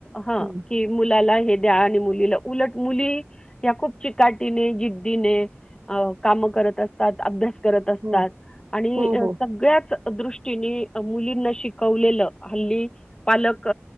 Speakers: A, on the left (about 15°); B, on the right (about 45°).
A: ह
B: हं.
A: क मुलाला- द्या मुलील मुली खूप चिकाटीने काम करत असतात अभ्यास करत असतात
B: हो.
A: आणि
B: हो, हो.
A: सगळ्याच, दृष्टीने मुलींना शिकवलेलं हल्ली पालक